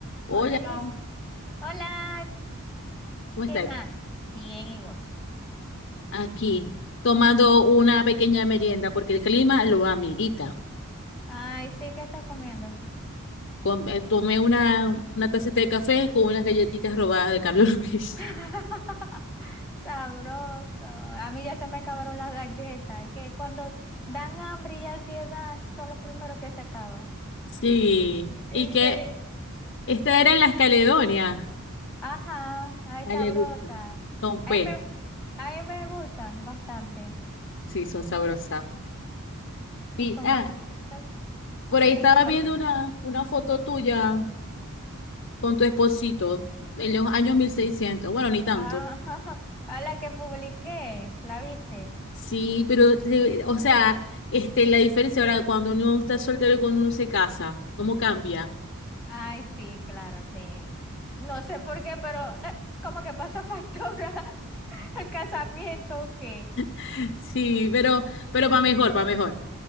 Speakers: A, on the left (about 55°); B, in the centre.
A: Hola,
B: Hola Liz, hola,
A: ¿cómo estáis?
B: ¿qué más? Bien, ¿y vos?
A: Aquí, tomando una pequeña merienda porque el clima lo amerita.
B: Ay, sí, ¿qué estás comiendo?
A: Com- eh, Tomé una, una tacita de café con unas galletitas robadas de Carlos <laughs> Luis.
B: <laughs> Sabroso. A mí ya se me acabaron las galletas. Es que cuando dan hambre y ansiedad son los primeros que se acaban.
A: Sí,
B: Y Yo,
A: y que
B: yo digo,
A: esta era las Caledonia.
B: ajá, ay,
A: A
B: sabrosa.
A: él le gusta. Son
B: Ahí
A: buenas,
B: me, ahí me gustan bastante.
A: sí, son sabrosas. Y,
B: Y con
A: ah,
B: cafecito.
A: por ahí
B: Sí,
A: estaba
B: ¿qué pasó?
A: viendo una, una foto tuya con tu esposito en los años 1600. Bueno, ni tanto.
B: Ah, <laughs> a la que publiqué, ¿la viste?
A: Sí, pero, de- o sea, este, la diferencia ahora cuando uno está soltero y cuando uno se casa, ¿cómo cambia?
B: Ay, sí, claro, sí. No sé por qué, pero eh, como que pasa factura <laughs> el casamiento que...
A: <laughs> Sí, pero, pero para mejor, para mejor.